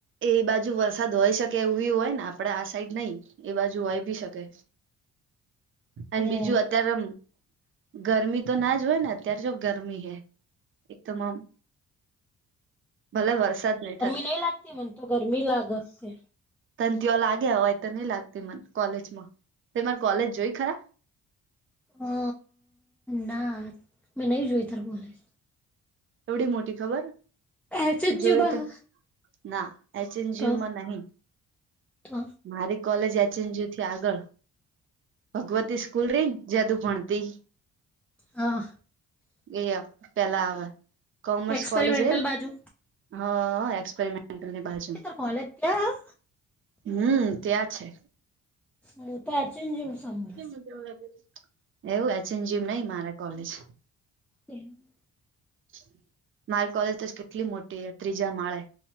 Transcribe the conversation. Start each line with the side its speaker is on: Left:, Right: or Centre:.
Right: એ બાજુ વરસાદ હોય શકે એવું બી હોયને, આપડે આ સાઈડ નઈ. એ બાજુ હોય બી શકે, અને
Centre: હમ
Right: બીજું અત્યારે ગરમી તો ના જ હોય ને, અત્યારે જો ગરમી હૈ એકદમ આમ ભલે વરસાદ નઈ.
Centre: નહી લાગતી, મને તો ગરમી લાગત સે.
Right: તનં તઓ લાગે, હોવાય તો નહી લાગતી મન કોલેજમાં, તે મને કોલેજ જોય ખરા?
Centre: અ, ના, મેં નહી જોઈ તાર કોલેજ.
Right: એવડી મોટી ખબર?
Centre: એચ જ
Right: જોયું
Centre: જુબા
Right: તો, ના એચ એન જી
Centre: તો
Right: માં નહી.
Centre: તો
Right: મારી કોલેજ એચ એન જી થી આગળ. ભગવતી સ્કૂલ રહી, ને જા તું ભણતી.
Centre: હા.
Right: અય પેલા આવે, કોમર્સ
Centre: એક્સપેરિમેન્ટલ
Right: કોલેજ એ
Centre: બાજુ
Right: હા, એક્સપેરિમેન્ટલની બાજુ માં
Centre: એ તાર કોલેજ ત્યાં
Right: હમ્મ, ત્યાં છે.
Centre: હું તો અચન જીમ <unintelligible>
Right: <unintelligible> એવું એચ એન જીમ નહિ મારા કોલેજ.
Centre: <inaudible>
Right: <inaudible> મારી કોલેજ તો કેટલી મોટી હે, ત્રીજા માળે,